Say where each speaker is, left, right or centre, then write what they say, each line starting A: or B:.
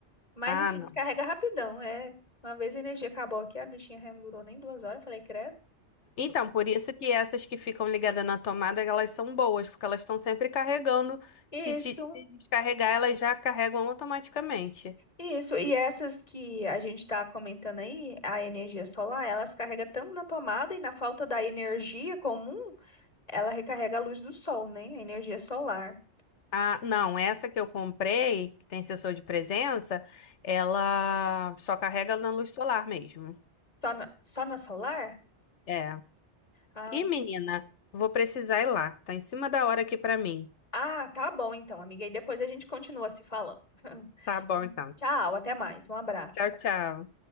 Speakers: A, on the left; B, on the left.
A: Mas
B: Ah,
A: assim,
B: não.
A: descarrega rapidão. É, uma vez a energia acabou aqui, a bichinha já não durou nem duas horas. eu Falei, credo.
B: Então, por isso que essas que ficam ligadas na tomada, elas são boas, porque elas estão sempre carregando.
A: Isso,
B: Se, de- se descarregar, elas já carregam automaticamente.
A: isso. E essas que a gente tá comentando aí, a energia solar, elas carrega tanto na tomada e na falta da energia comum, ela recarrega a luz do sol, né? A energia solar.
B: Ah, não,
A: É, achei
B: essa
A: massa.
B: que eu comprei, que tem sensor de presença, ela só carrega na luz solar mesmo.
A: Só na, só na Solar?
B: É.
A: Ah,
B: E menina, vou precisar ir lá. Tá em cima da hora aqui pra mim.
A: ah, tá bom então, amiga. E depois a gente continua se falando. <laughs>
B: Tá bom, então.
A: Tchau, até mais. Um abraço.
B: Tchau, tchau.